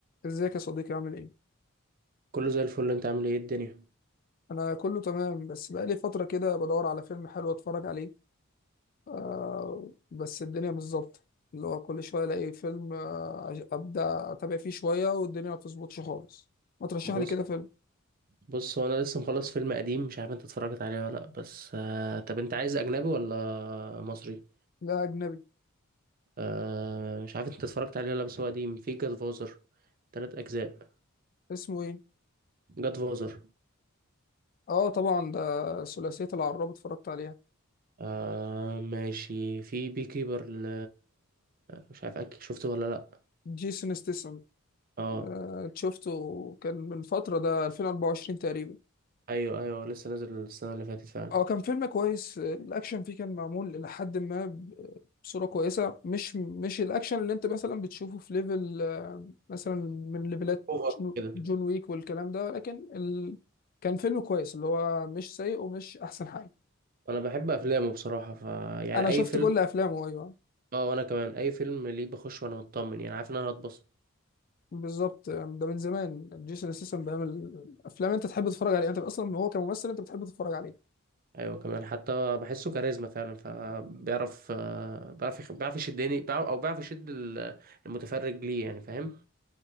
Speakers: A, on the left (about 45°); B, on the right (about 45°).
A: ازيك يا صديقي عامل ايه؟
B: كله زي الفل انت عامل ايه إيه الدنيا
A: انا كله تمام بس بقالي فترة كده بدور على فيلم حلو اتفرج عليه آه بس الدنيا مش ظابطة اللي هو كل شوية الاقي فيلم آه عش- ابدا اتابع فيه شوية والدنيا ما بتظبطش خالص ما ترشح
B: بص
A: لي كده فيلم
B: بص هو انا لسه مخلص فيلم قديم مش عارف انت اتفرجت عليه ولا لا بس آه طب انت عايز اجنبي ولا مصري
A: لا اجنبي
B: آه مش عارف انت اتفرجت عليه ولا لا بس هو قديم في جاد فوزر تلات اجزاء
A: اسمه ايه؟
B: جاد فوزر
A: اه طبعا ده ثلاثية العراب اتفرجت عليها
B: آه ماشي في بي كيبر ل... مش عارف اكيد شفته ولا لا
A: جيسون ستيسن
B: اه
A: آه شفته كان من فترة ده 2024 تقريبا
B: ايوه ايوه لسه نازل السنه اللي فاتت فعلا
A: اه كان فيلم كويس آه، الاكشن فيه كان معمول الى حد ما ب- بصوره كويسه مش مش الاكشن اللي انت مثلا بتشوفه في ليفل آه، مثلا من ليفلات
B: اوفر
A: جون
B: كده
A: جون ويك والكلام ده ولكن ال... كان فيلم كويس اللي هو مش سيء ومش احسن حاجه
B: انا بحب افلامه بصراحه ف يعني
A: انا
B: اي
A: شفت
B: فيلم
A: كل افلامه ايوه
B: اه وانا كمان اي فيلم ليه بخش وانا مطمن يعني عارف ان انا هتبسط
A: بالظبط آه، ده من زمان جيسون ستاثام بيعمل افلام انت تحب تتفرج عليها انت اصلا هو كممثل انت بتحب تتفرج عليه
B: ايوه كمان حتى بحسه كاريزما فعلا فبيعرف آه، بيعرف يخ- بيعرف يشدني بيعرف- او بيعرف يشد ال- المتفرج ليه يعني فاهم